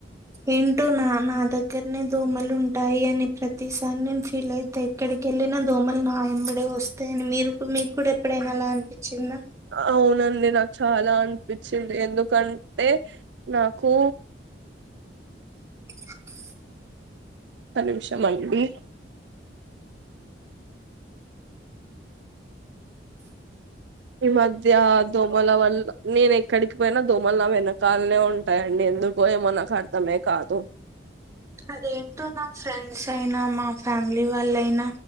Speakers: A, on the right; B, on the right.
A: ఏంటూ నా నాద దగ్గరనే దోమలు ఉంటాయి అని ప్రతిసారి నేను ఫీల్ అయిత ఎక్కడికి వెళ్ళిన దోమలు నాయంబడే వస్తాని మీరు మీకు కూడా ఎప్పుడైనా అలా అనిపించిందా
B: అవునండి నాకు చాలా అనిపించింది ఎందుకంటే నాకు
A: హ
B: ఒక నిమిషం అండి ఈ మధ్య దోమల వల్ల నేను ఎక్కడికి పోయినా దోమల వెనకాలనే ఉంటాయంండి ఎందుకు ఓ ఏమో నాకు అర్థమే కాదు
A: అదేంటో నా ఫ్రెండ్స్ అయినా మా ఫ్యామిలీ వాళ్ళైనా